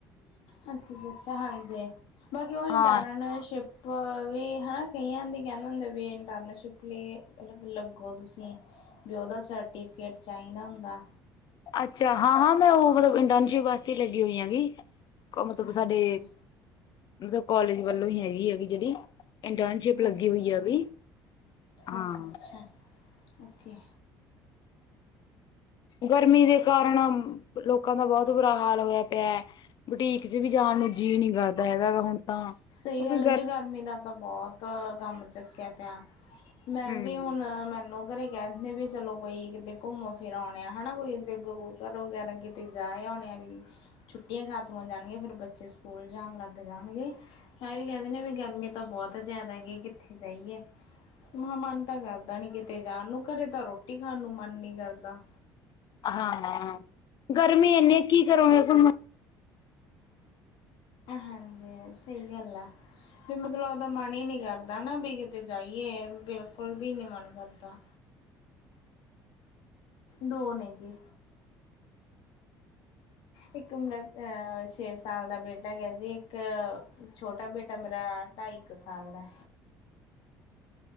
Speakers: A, on the left; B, on the left.
A: ਹਾਂ ਜੀ ਅੱਛਾ ਅੱਛਾ ਹਾਂਜੀ ਬਾਕੀ ਉਹ ਇੰਟਰਨਸ਼ਿਪ
B: ਹਾਂ
A: ਵੀ ਹਨਾ ਕਈਆਂ ਦੇ ਕਹਿੰਦੇ ਹੁੰਦੇ ਵੀ ਇੰਟਰਨਸ਼ਿਪ ਲਈ ਲੱਗੋ ਤੁਸੀ। ਵੀ ਉਹਦਾ ਸਰਟੀਫਿਕੇਟ ਚਾਹੀਦਾ ਹੁੰਦਾ।
B: ਅੱਛਾ ਹਾਂ-ਹਾਂ ਮੈਂ ਉਹ ਮਤਲਬ ਇੰਟਰਨਸ਼ਿਪ ਵਾਸਤੇ ਲੱਗੀ ਹੋਈ ਆ ਗੀ। ਮਤਲਬ
A: ਹਾਂਜੀ।
B: ਸਾਡੇ ਮਤਲਬ ਕਾਲਜ ਵੱਲੋਂ ਹੀ ਹੈਗੀ ਹੈ ਗੀ। ਜਿਹੜੀ ਇੰਟਰਨਸ਼ਿਪ ਲੱਗੀ
A: ਅੱਛਾ
B: ਹੋਈ
A: ਅੱਛਾ
B: ਆ ਵੀ ਹਾਂ।
A: ਅੱਛਾ ਅੱਛਾ ਓਕੇ।
B: ਗਰਮੀ ਦੇ ਕਾਰਨ ਲੋਕਾਂ ਦਾ ਬਹੁਤ ਬੁਰਾ ਹਾਲ ਹੋਇਆ ਪਿਆ। ਬੁਟੀਕ ਚ ਵੀ ਜਾਣ ਨੂੰ ਜੀਅ ਨੀ ਕਰਦਾ ਹੈਗਾ ਗਾ ਹੁਣ ਤਾਂ ਕਿਉਂਕਿ
A: ਸਹੀ ਗੱਲ ਹੈ ਜੀ ਗਰਮੀ ਦਾ ਤਾਂ ਬਹੁਤ ਗਮ ਚੱਕਿਆ ਪਿਆ। ਮੈਂਮ
B: ਹੂੰ-ਹੂੰ
A: ਵੀ ਹੁਣ ਮੈਨੂੰ ਘਰੇ ਇਹ ਕਹਿੰਦੇ ਵੀ ਚਲੋ ਕੋਈ ਕਿਤੇ ਘੁੰਮੋ ਫਿਰ ਆਉਂ ਆ ਹਨਾ ਕੋਈ ਇੱ ਗੁਰੂ ਘਰ ਵਗੈਰਾ ਕਿਤੇ ਜਾ ਆ ਵੀ ਛੁੱਟੀਆਂ ਖ਼ਤਮ ਹੋ ਜਾਣਗੀਆਂ ਫੇਰ ਬੱਚੇ ਸਕੂਲ ਜਾਣ ਲੱਗ ਜਾਣਗੇ। ਹੈ ਵੀ ਕਹਿੰਦੇ ਨੇ ਵੀ ਗਰਮੀ ਤਾਂ ਬਹੁਤ ਜ਼ਿਆਦਾ ਹੈਗੀ ਕਿੱਥੇ ਜਾਈਏ। ਮ ਮਨ ਤਾਂ ਕਰਦਾ ਨੀ ਕਿਤੇ ਜਾਣ ਨੂੰ ਘਰੇ ਤਾਂ ਰੋਟੀ ਖਾਣ ਨੂੰ ਮਨ ਨੀ ਕਰਦਾ।
B: ਹਾਂ ਗਰਮੀ ਇੰਨੀੇ ਕੀ ਕਰੋਂਗੇ ਘੁੰਮ
A: ਹਾਂਜੀ ਸਹੀ ਗੱਲ ਆ। ਵੀ ਮਤਲਬ ਆਪਦਾ ਮਨ ਹੀ ਨੀ ਕਰਦਾ ਨਾ ਵੀ ਕਿਤੇ ਜਾਈਏ ਬਿਲਕੁਲ ਵੀ ਨੀ ਮਨ ਕਰਦਾ। ਦੋ ਨੇ ਜੀ। ਇੱਕ ਮੇਰਾ ਅਹ ਛੇ ਸਾਲ ਦਾ ਬੇਟਾ ਗਿਆ ਜੀ ਇੱਕ ਛੋਟਾ ਬੇਟਾ ਮੇਰਾ ਢਾਈ ਕੁ ਸਾਲ ਦਾ।